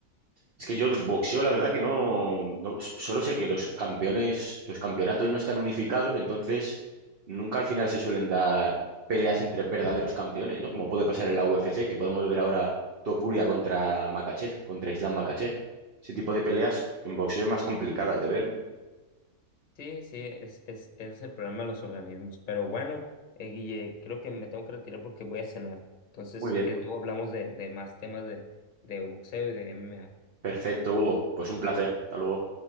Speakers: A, on the right; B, on the left.
A: Es que yo boxeo, la verdad que no, no- solo sé que los campeones, los campeonatos no están unificados, entonces nunca al final se suelen dar peleas entre verdaderos campeones, ¿no? Como puede pasar en la UFC, que podemos ver ahora Topuria contra Makachev, contra Islam Makachev. Ese tipo de peleas en boxeo es más complicadas de ver, ¿no?
B: Sí, sí, es, es, es el problema de los organismos. Pero bueno, eh, Guille, creo que me tengo que retirar porque voy a cenar. Entonces,
A: Muy
B: si
A: bien,
B: quieres, luego hablamos de, de más temas de, de boxeo y de MMA.
A: perfecto, Hugo. Pues un placer. Hasta luego.